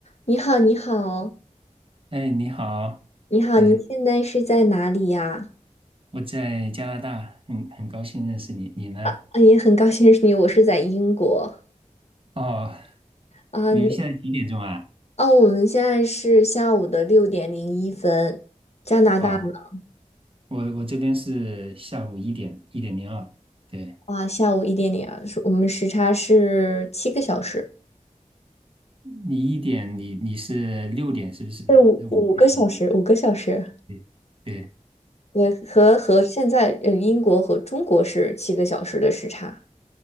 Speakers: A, on the left; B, on the right.
A: 你好，你好，
B: 哎，你好，
A: 你好，
B: 哎，
A: 你现在是在哪里呀？
B: 我在加拿大，很很高兴认识你，你呢？
A: 啊，也很高兴认识你，我是在英国
B: 哦，
A: 啊。
B: 你们现在几点钟啊？
A: 你哦，我们现在是下午的六点零一分，加拿大呢？
B: 哦，我我这边是下午一点一点零二，对，
A: 哇，下午一点零二，是我们时差是七个小时，
B: 你一点，你你是六点是不是？
A: 对，五五个小时，
B: 要五个小时？
A: 五个小时，
B: 对对，
A: 对，和和现在呃英国和中国是七个小时的时差。